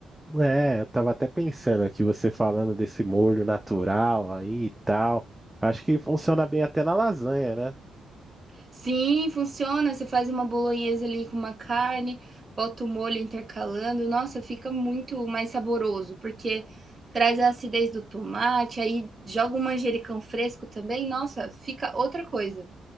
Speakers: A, in the centre; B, on the right.
A: é, eu tava até pensando aqui, você falando desse molho natural aí e tal. Acho que funciona bem até na lasanha, né?
B: Sim, funciona. Você faz uma bolonhesa ali com uma carne, bota o molho intercalando. Nossa, fica muito mais saboroso, porque traz a acidez do tomate, aí joga um manjericão fresco também. Nossa, fica outra coisa.